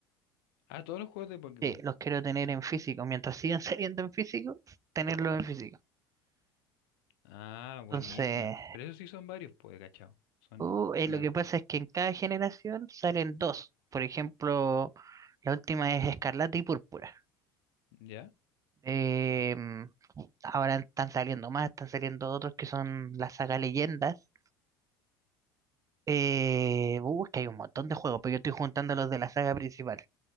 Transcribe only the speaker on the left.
Ah, todos los juegos de Pokémon.
Ah, buenísima.
Pero esos sí son varios, pues, cachao. Son,
son
hartos.
¿Ya?